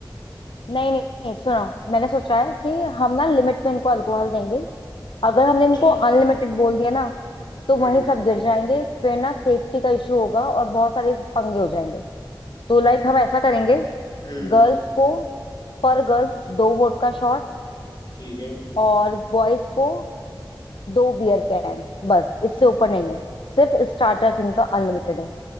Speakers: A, on the left; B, on the left.
A: नहीं नहीं नहीं सुनो मैंने सोचा है कि हम ना लिमिट में इनको अल्कोहल देंगे अगर हमने
B: अच्छा
A: इनको अनलिमिटेड बोल दिया ना तो
B: हम्म
A: वहीं सब गिर जाएंगे फिर ना सेफ्टी का इशू होगा और बहुत सारे पंगे हो जाएंगे तो लाइक हम ऐसा करेंगे
B: हम्म
A: गर्ल्स को पर गर्ल्स दो वोडका शॉट
B: ठीक है
A: और बॉयज को दो बियर कैंस बस इससे ऊपर नहीं है सिर्फ स्टार्टर्स इनका अनलिमिटेड है